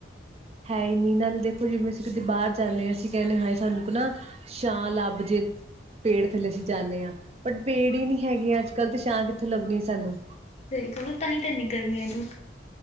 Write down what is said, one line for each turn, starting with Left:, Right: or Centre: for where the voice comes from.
Right: ਹੈ ਹੀ, ਨਾਲੇ ਦੇਖੋ ਜਿਵੇਂ ਅਸੀਂ ਕਦੇ ਬਾਹਰ ਜਾਂਦੇ ਆ ਅਸੀਂ ਕਹਿੰਨੇ ਹਾਂਏ ਸਾਨੂੰ ਰੁੱਕਨਾ ਛਾਂ ਲੱਭ ਜੇ। ਪੇੜ ਥੱਲੇ ਅਸੀਂ ਜਾਂਨੇ ਆ, ਬਟ ਪੇੜ ਹੀ ਨੀਂ ਹੈਗੇ ਅੱਜ-ਕੱਲ ਤੇ ਛਾਂ ਕਿੱਥੋਂ ਲੱਭਣੀ ਸਾਨੂੰ।
Left: ਸਹੀ ਗੱਲ, ਤਾਂਹੀ ਤਾਂ ਇੰਨੀ ਗਰਮੀ ਆ ਦੀ।